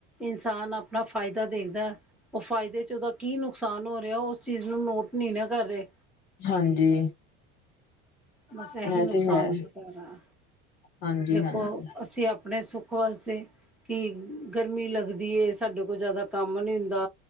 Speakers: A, in the centre; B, on the left.
A: ਇਨਸਾਨ ਆਪਣਾ ਫਾਇਦਾ ਦੇਖਦਾ ਉਹ ਫਾਇਦੇ ਚ ਉਹਦਾ ਕੀ ਨੁਕਸਾਨ ਹੋ ਰਿਹਾ ਉਸ ਚੀਜ਼ ਨੂੰ ਨੋਟ ਨਹੀਂ ਨਾ ਕਰ ਰਹੇ।
B: ਹਾਂਜੀ
A: ਬਸ
B: ਇਹ
A: ਏਹੀ ਨੁਕਸਾਨ
B: ਤੇ ਹੈ
A: ਦਾ ਘਰ ਆ
B: ਹਾਂਜੀ
A: ਦੇਖੋ
B: ਹਾਂਜੀ
A: ਅਸੀਂ ਆਪਣੇ ਸੁੱਖ ਹੋਰ ਰਸਤੇ ਕਿ ਗਰਮੀ ਲਗਦੀ ਏ। ਸਾਡੇ ਕੋ ਜਿਆਦਾ ਕੰਮ ਨੀ ਹੁੰਦਾ